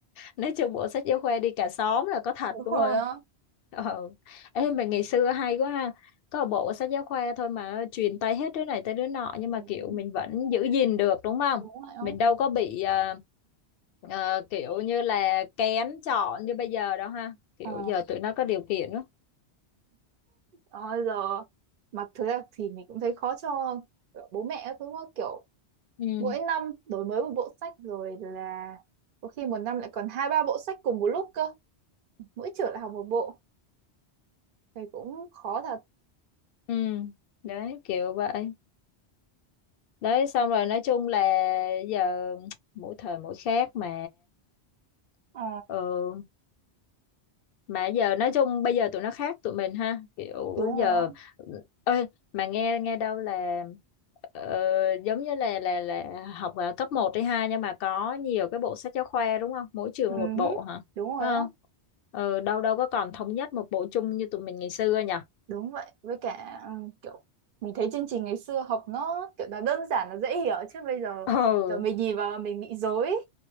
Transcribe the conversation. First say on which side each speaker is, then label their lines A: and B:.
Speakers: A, on the left; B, on the right.
A: nói chung bộ sách giáo khoa đi cả xóm là có thật
B: đúng
A: đúng
B: rồi
A: không
B: đó
A: ừ ê mà ngày xưa hay quá ha có một bộ sách giáo khoa thôi mà truyền tay hết đứa này tới đứa nọ nhưng
B: Ừ,
A: mà kiểu mình vẫn giữ gìn được đúng không
B: đúng rồi đó
A: mình đâu có bị ờ, ờ, kiểu như là kén chọn như bây giờ đâu ha kiểu
B: ờ.
A: giờ tụi nó có điều kiện đó
B: Rồi giờ mặc thứ là thì mình cũng thấy khó cho bố mẹ các thứ đó, kiểu
A: ừ
B: mỗi năm đổi mới một bộ sách rồi là có khi một năm lại còn hai ba bộ sách cùng một lúc cơ mỗi trường lại học một bộ thì cũng khó thật
A: ừ đấy kiểu vậy đấy xong rồi nói chung là giờ <tsk> mỗi thời mỗi khác mà
B: Ờ,
A: ừ mà giờ nói chung bây giờ tụi nó khác tụi mình ha kiểu
B: đúng
A: giờ
B: rồi không?
A: ơi mà nghe nghe đâu là ờ, giống như là là là học ở cấp một hay hai nhưng mà có nhiều cái bộ sách giáo khoa đúng không mỗi trường
B: Ừ,
A: một bộ hả
B: đúng rồi
A: phải
B: đó,
A: không ừ, đâu đâu có còn thống nhất một bộ chung như tụi mình ngày xưa nhỉ
B: đúng vậy. Với cả ừ, kiểu mình thấy chương trình ngày xưa học nó kiểu là đơn giản là dễ hiểu chứ bây giờ
A: ừ
B: kiểu mình nhìn vào là mình bị rối.